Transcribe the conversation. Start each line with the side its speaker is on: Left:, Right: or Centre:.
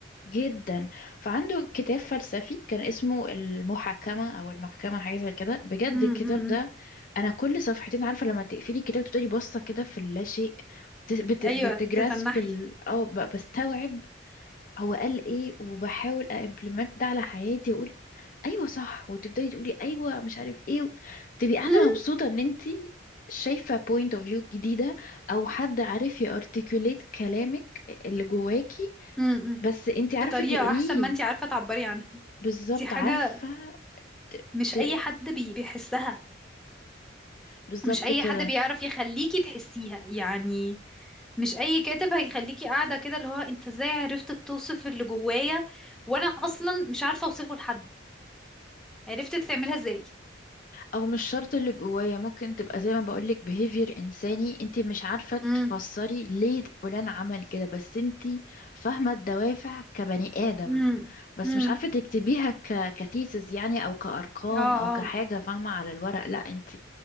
Left: جدا فعنده كتاب فلسفي كان اسمه المحاكمة أو المحكمة حاجة زي كده بجد
Centre: امم
Left: الكتاب ده أنا كل صفحتين عارفة لما تقفلي الكتاب تفضلي باصة كده في اللاشيء بت-
Centre: ايوه
Left: بت- بتجرasp
Centre: تتنحي
Left: ال أو ب- بستوعب هو قال إيه وبحاول أمبلمنت ده على حياتي وأقول أيوة صح وتفضلي تقولي أيوة مش عارف إيه تبقي قاعدة
Centre: <laughs>
Left: مبسوطة إن أنتي شايفة point of view جديدة أو حد عارف يارتكوليت كلامك اللي جواكي
Centre: امم
Left: بس انت عارفة
Centre: بطريقه
Left: تقريه
Centre: احسن ما انتي عارفه تعبري عنها
Left: بالظبط
Centre: دي حاجه
Left: عارفة ت...
Centre: مش
Left: ت...
Centre: اي حد بي بيحسها
Left: بالظبط
Centre: مش اي
Left: كده
Centre: حد بيعرف يخليكي تحسيها يعني مش اي كاتب هيخليكي قاعده كده اللي هو انت ازاي عرفت توصف اللي جوايا وانا اصلا مش عارفه اوصفه لحد عرفت تعملها ازاي
Left: او مش شرط اللي جوايا ممكن تبقى زي ما بقولك behavior انساني انت مش عارفة
Centre: امم
Left: تفسري ليه فلان عمل كده بس انت فاهمة الدوافع كبني آدم
Centre: امم
Left: بس
Centre: امم
Left: مش عارفة تكتبيها ك... كثيسز يعني او كأرقام
Centre: اه
Left: او
Centre: اه
Left: كحاجة فاهمة على الورق لا انت